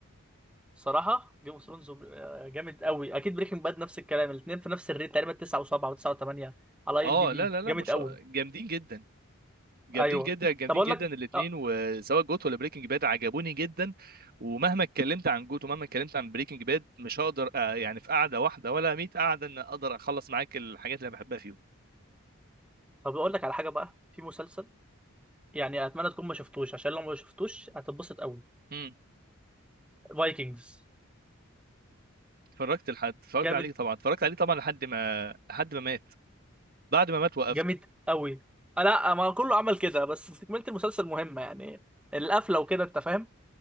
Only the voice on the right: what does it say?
اه
لا لا لا
مش
جامدين جدا جامدين
جدا جامدين
جدا
الاثنين
وسواء جوت ولا بريكنج باد عجبوني جدا ومهما اتكلمت عن جوت ومهما اتكلمت عن بريكنج باد مش هقدر آه، يعني في قعده واحده ولا 100 قعده ان اقدر اخلص معاك الحاجات اللي أنا بحبها فيهم
امم
اتفرجت لحد اتفرجت
عليه طبعا اتفرجت عليه طبعا لحد ما لحد ما مات بعد ما مات وقفت